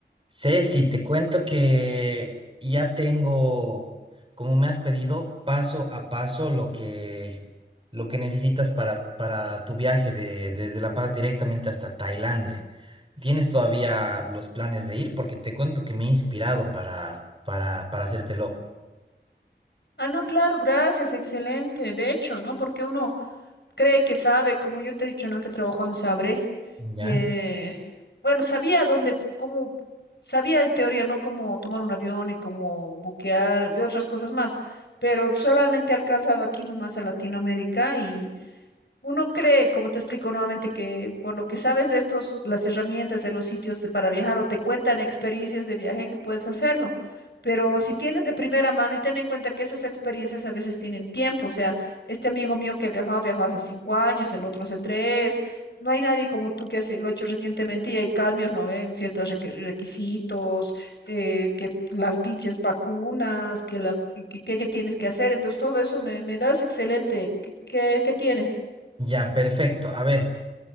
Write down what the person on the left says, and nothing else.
Ah, no, claro, gracias, excelente. De hecho, ¿no? Porque uno cree que sabe, como yo te he dicho, ¿no? Que trabajó en Sabre
Y eh, bueno, sabía dónde, cómo, sabía en teoría, ¿no? Cómo tomar un avión y cómo buquear y otras cosas más. Pero solamente he alcanzado aquí nomás a Latinoamérica uno cree, como te explico nuevamente, que por lo que sabes de estos, las herramientas de los sitios de- para viajar o te cuentan experiencias de viaje que puedes hacerlo. Pero si tienes de primera mano y ten en cuenta que esas experiencias a veces tienen tiempo, o sea, este amigo mío que viajaba, viajó hace cinco años, el otro hace tres, no hay nadie como tú que hace- lo ha hecho recientemente y hay cambios, ¿no ven? Ciertos requ- requisitos, eh, que las pinches vacunas, que, la, que, que- que tienes que hacer, entonces todo eso me, me das excelente. ¿Qué, qué, qué tienes?